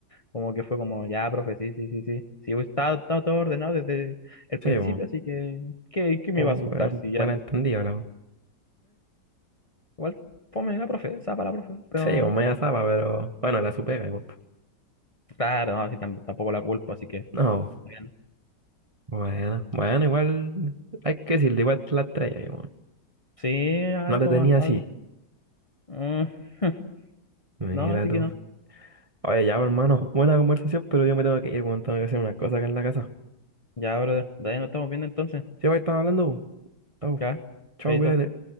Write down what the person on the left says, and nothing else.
Como que fue como, ya, profe, sí, sí, sí, sí, sí, estaba, estaba todo ordenado desde el
principio,
así que, ¿qué, qué me
iba a asustar
si ya...
Igual fome la profe, para la profe, pero
claro, así tam- tampoco la culpo, así que
está bien.
Sí, algo,
algo.
Mm, <laughs>
no, así
que no.
Ya, brother, de ahí nos estamos viendo entonces.
Ya,
chaito.